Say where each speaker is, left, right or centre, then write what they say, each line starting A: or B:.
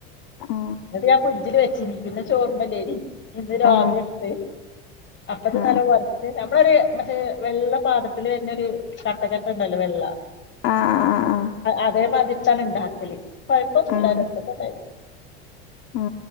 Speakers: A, on the left; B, on the left.
A: ആ
B: എന്ന്ട്ട് ഞാൻ ഫ്രിഡ്ജില് വെച്ചീനി പിന്നെ ചോറ്മലേനി ഇന്ന് രാവിലെ
A: ആ
B: എട്ത്തെ അപ്പത്
A: ആ ആ
B: നല്ലോം ഒ നമ്മളൊരു മറ്റേ വെള്ള പാത്രത്തില് വെര്ന്നൊര് കട്ടക്കട്ട ഇണ്ടല്ലോ വെള്ള
A: ആ ആ ആ ആ
B: അതേ മാതിര്ത്താണ് ഇണ്ടാക്കല് കൊഴപ്പൊന്നൂല്ല
A: ആ
B: രസൊക്കെ ഇണ്ടേനി
A: ആ ആ